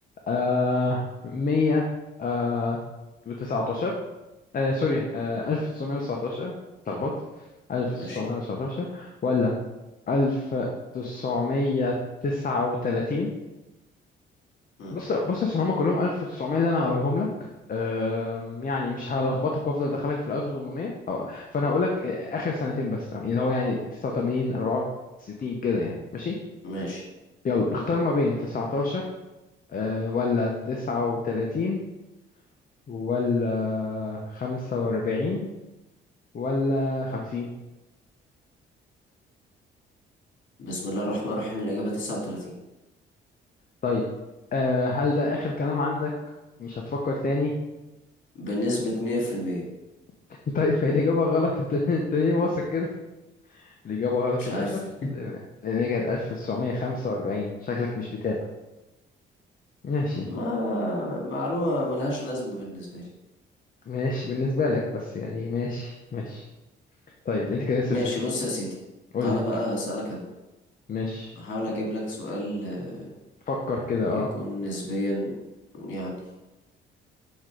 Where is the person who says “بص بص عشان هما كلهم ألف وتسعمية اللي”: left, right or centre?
Left